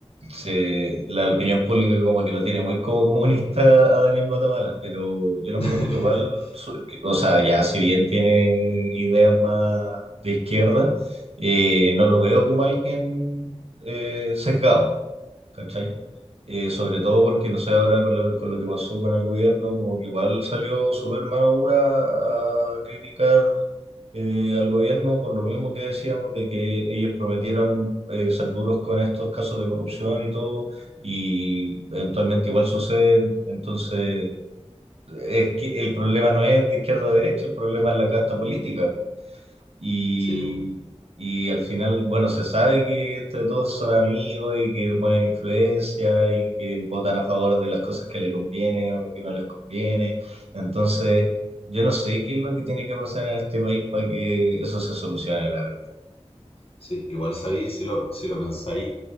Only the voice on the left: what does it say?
<laughs>
Sí, po.
Sí, igual sabéis, si lo, si lo pensáis,